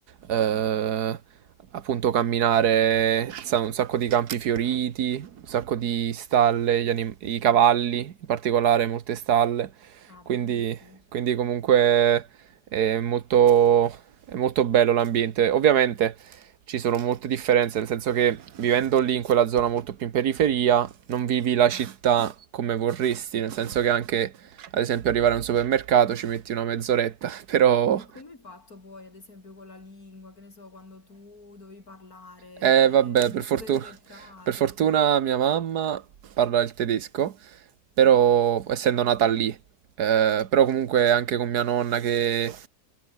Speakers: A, on the right; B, on the left.
A: eh, appunto camminare, sa- un sacco di campi fioriti, un sacco di stalle, gli anim- i cavalli, in particolare molte stalle.
B: Ah,
A: Quindi,
B: bellissimi.
A: quindi comunque è molto, è molto bello l'ambiente. Ovviamente ci sono molte differenze, nel senso che vivendo lì in quella zona molto più in periferia, non vivi la città come vorresti, nel senso che anche, ad esempio, arrivare a un supermercato ci metti una mezz'oretta, <laughs> però
B: E come hai fatto poi, ad esempio, con la lingua, che ne so, quando tu dovevi parlare,
A: eh,
B: andare
A: vabbè,
B: in
A: per
B: supermercato?
A: fortuna, per fortuna mia mamma parla il tedesco, però
B: Ah.
A: essendo nata lì, eh, però comunque anche con mia nonna che eh,